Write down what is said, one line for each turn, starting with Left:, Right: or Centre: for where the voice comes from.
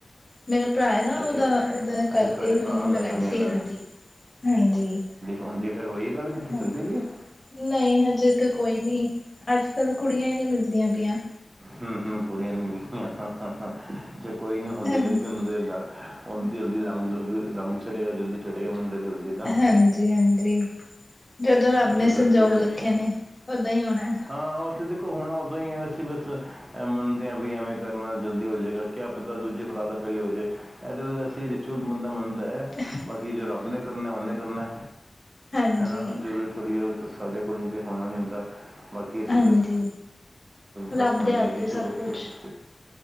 Left: ਮੇਰਾ ਭਰਾ ਹੈ ਨਾ
Right: ਅੱਛਾ
Left: ਉਹਦਾ ਉਹਦਾ ਕਰਕੇ
Right: ਅੱਛਾ ਤੁਹਾਡੇ ਭਰਾ
Left: ਉਹਨੂੰ
Right: ਨੂੰ
Left: ਲਗਾਈ
Right: ਲਾਈ ਹੋਣੀ ਇਹਨਾਂ
Left: ਸੀ ਹਲਦੀ ਹਾਂਜੀ।
Right: ਹਾਂਜੀ ਫੇਰ ਹੋਈ ਗੱਲ। ਕਿੱਥੇ
Left: ਹਂ
Right: ਚੱਲਦੀ ਪਈ ਹੈ
Left: ਨਹੀਂ ਹਜੇ ਤੇ ਕੋਈ ਨੀ ਅੱਜ ਕੱਲ ਕੁੜੀਆਂ ਹੀ ਨਹੀਂ ਮਿਲਦੀਆਂ ਪਈਆਂ।
Right: ਹਮ ਹਮ ਕੁੜੀਆਂ ਨੀ ਮਿਲਦੀਆਂ ਕੋਈ ਨੀ ਹਲਦੀ
Left: ਹਾਂਜੀ
Right: ਲੱਗੀ ਉਹ ਦੇ ਡਰ। ਦੀ ਹਲਦੀ ਰੰਗ ਰੰਗ ਚੜੇਗਾ ਜਲਦੀ ਚੜੇਗਾ ਮੁੰਡੇ। ਦਾ
Left: ਹਾਂਜੀ ਹਾਂਜੀ ਜਦੋਂ ਰੱਬ
Right: ਅੱਛਾ
Left: ਨੇ
Right: ਫਿਰ
Left: ਸੰਜੋਗ
Right: ਅਸੀਂ ਰਿਸੈਪਸ਼ਨ
Left: ਲਿਖੇ ਨੇ ਉੱਦੋ ਹੀ ਹੋਣਾ।
Right: ਹਾਂ ਉਹ ਤੇ ਦੇਖੋ ਹੁਣ ਉਦੋਂ ਹੀ ਹੈ ਅਸੀ ਬਸ ਐ ਮੰਨਦੇ ਹਾਂ ਵੀ ਐਵੇਂ ਕਰਨ ਨਾਲ ਜਲਦੀ ਹੋ ਜੇਗਾ ਕਿਆ ਪਤਾ ਦੂਜੇ ਭਰਾ ਦਾ ਪਹਿਲੇ ਹੋ ਜੇ। ਇਹਦੇ ਵਿੱਚ ਅਸੀਂ ਰਿਚੁਅਲ ਬੰਦਾ ਮੰਨਦਾ ਹੈ।
Left: ਤੇ। <unintelligible>
Right: ਬਾਕੀ ਜੋ ਰੱਬ ਨੇ ਕਰਨਾ ਉਹਨੇ ਕਰਨਾ
Left: ਹਾਂਜੀ
Right: ਹੈਨਾ ਜ਼ਰੂਰੀ ਥੋੜ੍ਹੀ ਹੈ। ਸਾਡੇ ਕੋਲ ਤੇ ਹੋਣਾ ਨਹੀਂ ਹੁੰਦਾ। ਬਾਕੀ ਅਸੀਂ
Left: ਹਾਂਜੀ
Right: ਬਸ ਬਸ
Left: ਰੱਬ
Right: ਹੁੰਦਾ
Left: ਦੇ ਹੱਥ
Right: ਕਿ
Left: ਏ
Right: ਚਲੋ
Left: ਸਭ ਕੁੱਛ।
Right: ਕੋਸ਼ਿਸ਼